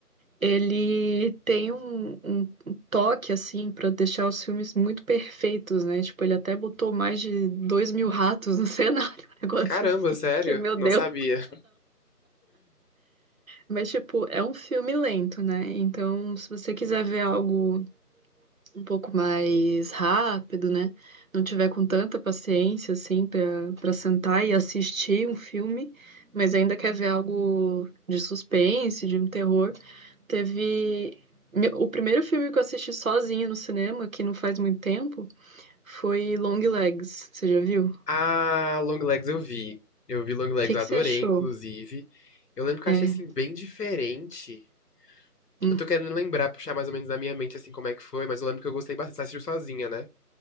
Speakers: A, on the right (about 60°); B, on the left (about 75°).
A: Ele tem um, um- um toque, assim, pra deixar os filmes muito perfeitos, né? Tipo, ele até botou mais de dois mil ratos no cenário, <laughs> um negócio
B: Caramba,
A: assim.
B: sério?
A: Que, meu
B: Não
A: Deus.
B: sabia.
A: Mas, tipo, é um filme lento, né? Então, se você quiser ver algo um pouco mais rápido, né? Não tiver com tanta paciência, assim, pra, pra sentar e assistir um filme, mas ainda quer ver algo de suspense, de um terror. Teve. meu- O primeiro filme que eu assisti sozinha no cinema, que não faz muito tempo, foi Long Legs. Você já viu?
B: A Longlegs eu vi. Eu vi Longlegs,
A: O que
B: eu
A: que
B: adorei,
A: você achou?
B: inclusive. Eu lembro que
A: É.
B: eu achei, assim, bem diferente.
A: hum,
B: Eu tô querendo lembrar, puxar mais ou menos na minha mente, assim, como é que foi, mas eu lembro que eu gostei bastante. Você assistiu sozinha, né?